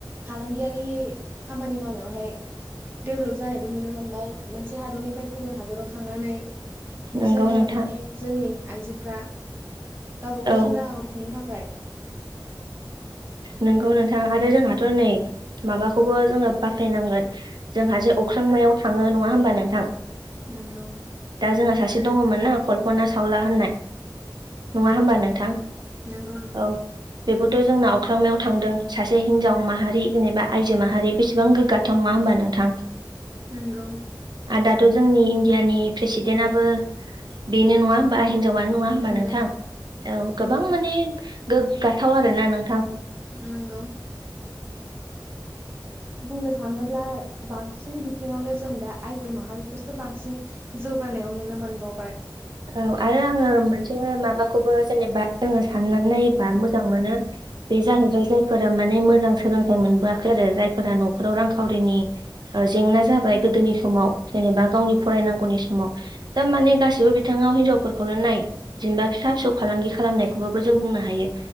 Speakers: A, on the right (about 30°); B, on the right (about 65°).
A: फालांगियारि खामानि मावनायावहाय डेभलप जानायबो नुनो मोनबाय मोनसे हादरनिफ्राय गुबुन हादराव थांनानै। बिसोरो
B: नोंगौ नोंथां
A: माने जोंनि आइजोफ्रा गावबागाव
B: औ
A: जिउ राहाखौ खुंनो थाखाय।
B: नोंगौ नोंथाङा आरो जोंहाथ' नै। माबाखौबो जोङो बाखनाय नांगोन जोंहा जे अख्रांमायाव थाङो नङा होमबा नोंथां।
A: नंगौ।
B: दा जोंहा सासे दङमोन ना कल्पना सावला होननाय। नङा होमबा
A: उम
B: नोंथां।
A: नंगौ
B: औ बेबोथ' जोंनाव अख्रांमायाव थांदों। सासे हिनजाव माहारि जेनेबा आइजो माहारि बेसेबां गोग्गाथाव नङा होमबा नोंथां।
A: नंगौ
B: आदाथ' जोंनि इनदियानि प्रेसिडेटआबो बेनो नङा बा हि हिनजावनो नङा हबा
A: नंगौ
B: नोंथां औ गोबां
A: बुं
B: माने गोग्गाथाव आरोना नों
A: नंगौ बुंनो थाङोब्ला बांसिन बिथिङावनो जों दा आइजो माहारिखौसो बांसिन जौगानायाव नुनो मोनबावबाय
B: औ आरो आङो मोनसे माबाखौबो जेनेबा जोङो साननानै नायोबा मोजां मोनो। बेजाहोबाय जा यफोरा माने मोजां सोलोंथाइ मोनबोआखै आरो जायफोरा न'खराव रांखावरिनि ओ जेंना जाबाय गोदोनि समाव जेनेबा गावनि फरायनांगौनि समाव दा माने गासिबो बिथाङाव हिनजावफोरखौनो नाय जेनेबा फिसा फिसौ फालांगि खालामनायखौबाबो जों बुंनो हायो